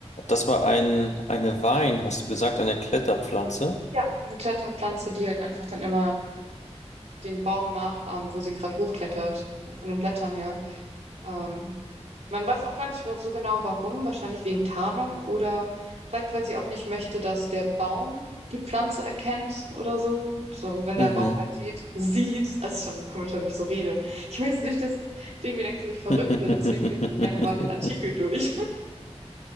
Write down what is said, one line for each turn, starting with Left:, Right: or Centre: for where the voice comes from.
Left: Das war ein, eine Wein, hast du gesagt, eine Kletterpflanze.
Right: Ja, eine Kletterpflanze, die halt einfach dann immer den Baum nachahmt, wo sie gerade hochklettert, von den Blättern her. Ähm, Man weiß auch gar nicht so genau warum, wahrscheinlich wegen Tarnung oder vielleicht, weil sie auch nicht möchte, dass der Baum die Pflanze erkennt oder so. So, wenn
Left: Mhm.
Right: der Baum halt sieht, sieht, das ist schon so komisch, wenn ich so rede. Ich will jetzt nicht, dass du irgendwie denkst, dass ich verrückt
Left: <laughs>
Right: bin, deswegen lese ich gerne mal den Artikel durch. <laughs>